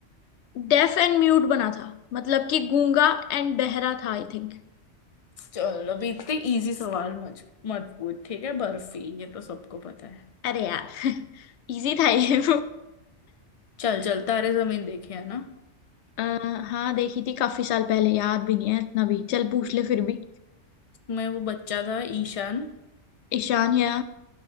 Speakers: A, on the left (about 70°); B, on the left (about 40°).
A: डेफ एंड म्यूट बना था मतलब कि गूंगा एंड बहरा था आई थिंक
B: चल अभी इतने इजी सवाल मत मत पूछ ठीक है बर्फी ये तो सबको पता है
A: अरे यार <laughs> इजी था ये
B: चल चल तारे जमीन देखे है ना
A: <laughs> आ, हाँ देखी थी काफी साल पहले याद भी नहीं है इतना भी चल पूछ ले फिर भी
B: मैं वो बच्चा था ईशान
A: ईशान या